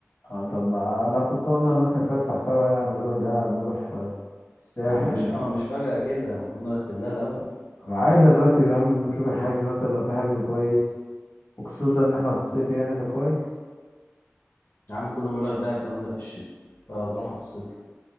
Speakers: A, on the left; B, on the left.
A: اه طب ما انا كنت قلنا نروح نتفسح سوا يعني نروح دهب نروح آه، الساحل
B: يا عم ماشي هو مش فجأة كده المفروض نرتب لها الأول
A: عادي نرتب يا عم نشوف الحجز مثلا لو في حجز كويس وخصوصا ان احنا في الصيف يعني فكويس
B: يا عم كله بيقول لك دهب جامدة في الشتاء أنت هتروحها في الصيف